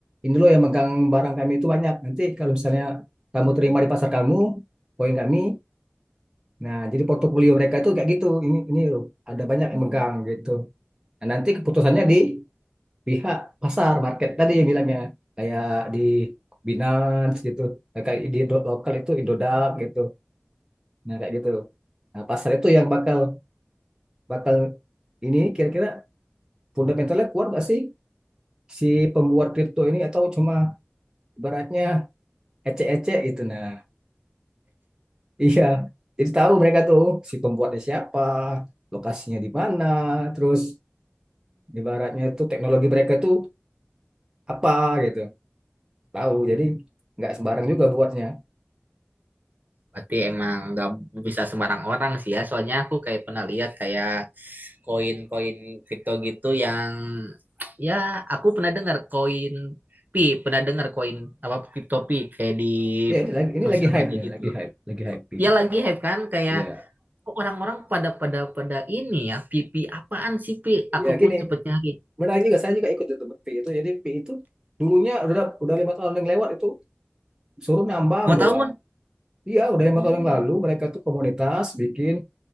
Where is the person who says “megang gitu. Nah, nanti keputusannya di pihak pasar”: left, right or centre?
Right